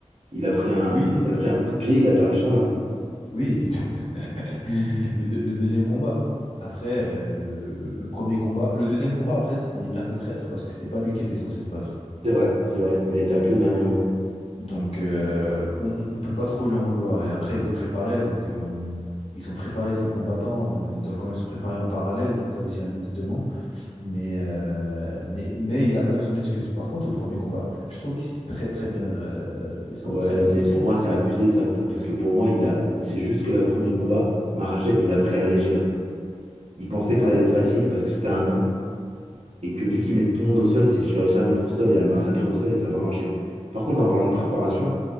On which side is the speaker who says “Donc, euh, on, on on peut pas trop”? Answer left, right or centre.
Left